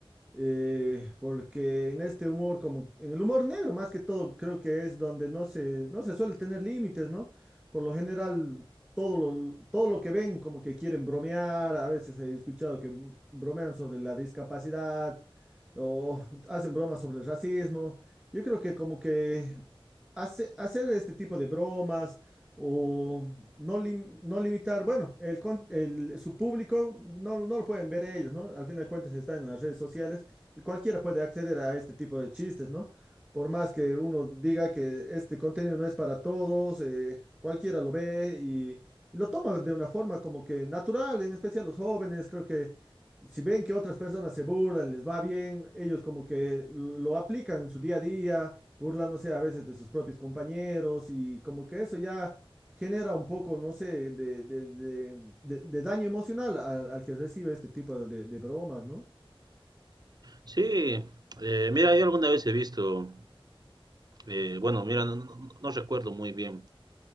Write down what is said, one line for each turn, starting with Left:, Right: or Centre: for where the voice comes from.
Centre: eh, porque en este humor, como en el humor negro más que todo, creo que es donde no se, no se suele tener límites, ¿no? Por lo general, todo lo, todo lo que ven, como que quieren bromear, a veces he escuchado que m- bromean sobre la discapacidad o hacen bromas sobre el racismo. Yo creo que como que hace- hacer este tipo de bromas o no, lim- no limitar, bueno, el, con- el- su público no, no lo pueden ver ellos, ¿no? Al fin de cuentas están en las redes sociales y cualquiera puede acceder a este tipo de chistes, ¿no? Por más que uno diga que este contenido no es para todos, eh, cualquiera lo ve y, y lo toma de una forma como que natural, en especial los jóvenes, creo que si ven que otras personas se burlan, les va bien, ellos como que lo aplican en su día a día, burlándose a veces de sus propios compañeros y como que eso ya genera un poco, no sé, de, de, de, de- de daño emocional al, al que recibe este tipo de, de bromas, ¿no?
Right: Sí, eh, mira, yo alguna vez he visto, eh, bueno, mira, no, no- no recuerdo muy bien,